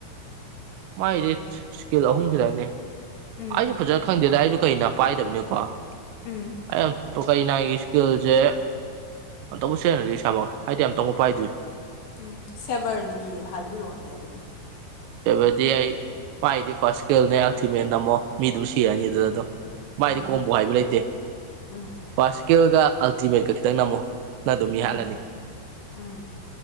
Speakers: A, on the right; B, on the left.
A: ꯃꯥꯏꯗꯤ ꯏꯁꯀꯤꯜ ꯑꯍꯨꯝ ꯈꯤꯇꯪꯅꯦ
B: ꯎꯝ
A: ꯑꯩꯁꯨ ꯐꯖꯅ ꯈꯪꯗꯦꯗ ꯑꯩꯁꯨ ꯀꯩꯅ ꯄꯥꯏꯗꯕꯅꯤꯀꯣ ꯑꯩ
B: ꯎꯝ
A: ꯌꯥꯝ ꯀꯩꯅꯒꯤ ꯏꯁꯀꯤꯜꯁꯦ ꯑꯇꯧꯕ ꯁꯦꯡꯅꯗꯤ ꯁꯥꯃꯛꯋꯦ ꯍꯥꯏꯗꯤ ꯌꯥꯝꯇꯧꯕ ꯄꯥꯏꯗꯣꯏꯏ
B: ꯎꯝ ꯁꯦꯕꯔꯗꯒꯤ ꯍꯥꯏꯕꯤꯔꯛꯑꯣꯅꯦ ꯑꯗꯨꯗꯤ
A: ꯁꯕꯗꯤ ꯑꯩ ꯄꯥꯏꯗꯤ ꯐꯥꯔꯁ ꯀꯦꯜꯅꯦ ꯑꯜꯇꯤꯃꯦꯠ ꯅꯝꯃꯣ ꯃꯤꯗꯨ ꯁꯤꯔꯅꯤ ꯑꯗꯨꯗ ꯑꯗꯨꯝ ꯃꯥꯏꯗꯤ
B: ꯎꯝ
A: ꯀꯣꯕꯨ ꯍꯥꯏꯕ ꯂꯩꯇꯦ
B: ꯎꯝ
A: ꯐꯁꯀꯦꯜꯒ ꯑꯜꯇꯤꯃꯦꯠꯀ ꯈꯤꯇꯪ ꯅꯝꯃꯣ ꯅꯪ ꯑꯗꯨꯝ ꯃꯤ
B: ꯎꯝ
A: ꯍꯥꯠꯂꯅꯤ
B: ꯎꯝ